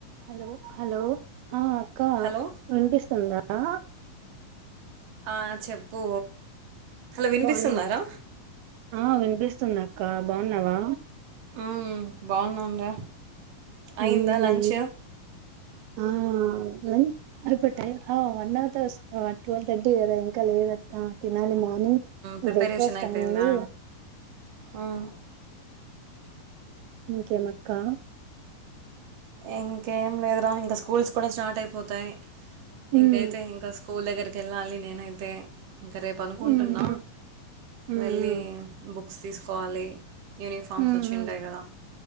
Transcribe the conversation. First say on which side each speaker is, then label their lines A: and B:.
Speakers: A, on the right (about 85°); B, on the right (about 65°).
A: Hello hello ఆ అక్క
B: hello
A: వినిపిస్తుందా ఆ
B: ఆ చెప్పు హలో వినిపిస్తుందారా
A: బాగున్నా ఆ వినిపిస్తుంది అక్క బాగున్నావా
B: ఉమ్ బాగున్నాంరా అయిందా
A: ఉమ్,
B: లంచ
A: ఆ ఏ అయిపట్టే ఆ వ ట్వల్ తగటీ కదా ఇంకా లేద తి మార్నింగ్
B: ప్రిపరేషన్
A: బ్రేక్ఫాస్ట్
B: అయిపోయిందా
A: అయింది
B: మ్మ్.
A: కేమక్కా
B: ఇంకేం లేదురా ఇంకా స్కూల్స్ కూడా స్టార్ట్ అయిపోతాయి
A: ఉమ్,
B: ఇంకైతే ఇంకా స్కూల్ దగ్గరికి కెళ్ళాలి నేనైతే ఇంక రేపు అనుకుంటున్నా
A: ఉమ్, ఉమ్, ఉమ్,
B: వెళ్ళి బుక్ బస్ తీసుకోవాలి యూనిఫార్మ్స్
A: ఉమ్,
B: వచ్చి
A: ఉమ్,
B: ఉంటాయి కదా